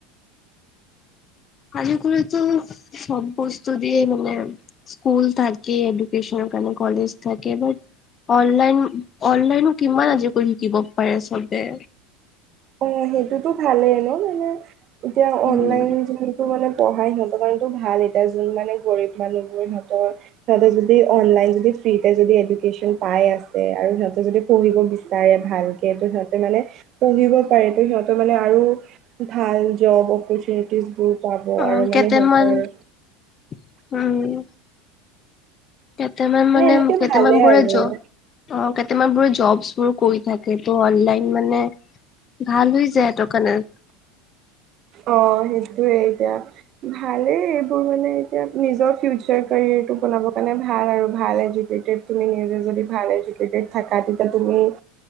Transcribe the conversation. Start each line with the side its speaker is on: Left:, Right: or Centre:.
Left: আজিকালিটো চব বস্তু দিয়ে মানে স্কুল থাকে এডুকেশ্বনৰ কাৰণে, কলেজ থাকে বাত অনলাইন, অনলাইনো কিমান আজিৰ পোৱালি শিকিব পাৰে চবে
Right: অ' সেইটোতো ভালেই ন' মানে এতিয়া
Left: উম
Right: অনলাইন যে ত' মানে পঢ়াই সিহঁতৰ কাৰণটো ভাল এতিয়া। যোন মানে গৰীব মানুহবোৰ সিহঁতৰ ইফালে যদি অনলাইন যদি ফ্ৰীটে যদি এডুকেশ্বন পাই আছে আৰু সিহঁতে যদি পঢ়িব বিচাৰে ভালকে, ত' সিহঁতে মানে পঢ়িব পাৰে টো সিহঁতৰ মানে আৰু, ভাল জব অপৰচুনিটিচ বোৰ। পাব আৰু
Left: অ কেইটামান
Right: মানে সিহঁতৰ-
Left: উম। কেইটামান মানে
Right: এনেকে
Left: কেইটামান
Right: ভালে
Left: বোৰে
Right: আৰু।
Left: জব অ কেইটাবোৰে জবচ্ বোৰ কৰি থাকে ত অনলাইন মানে- ভাল হৈ যায় সেইটো কাৰণে।
Right: অ সেইটোয়ে এতিয়া। ভালেই এইবোৰ মানে এতিয়া নিজৰ ফিউচাৰ কেৰিয়াৰটো বনাবৰ কাৰণে ভাল আৰু ভাল এডকেটেড- তুমি নিজে যদি ভাল এডকেটেড থাকা তেতিয়া তুমি-